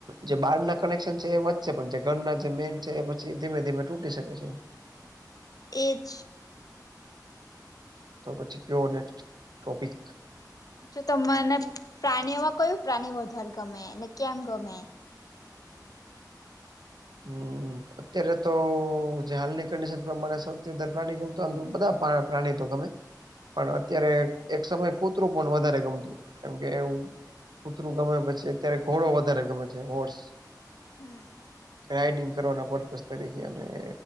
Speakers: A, on the right; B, on the left.
A: જે બાર ના કનેક્શન છે એ વચ્ચે પણ ઘર ના જે મેન છે એ પછી ધીમે ધીમે તૂટી શકે છે.
B: એજ.
A: તો પછી કેવો ને ટોપિક.
B: જો તમને પ્રાણીઓમાં કયું પ્રાણી વધારે ગમે ને કેમ ગમે?
A: હમ. અત્યારે તો, જે હાલની કન્ડિશન પ્રમાણે સૌથી વધારે પ્રાણી ગમતા બધા પ્રાણી તો ગમે પણ અત્યારે એક સમય કુતરું પણ વધારે ગમતું, કેમકે એવું કુતરું ગમે પછી અત્યારે ઘોડો વધારે ગમે છે હોર્સ.
B: હમ.
A: રાઇડિંગ કરવાના પર્પસ તરીકે અને એ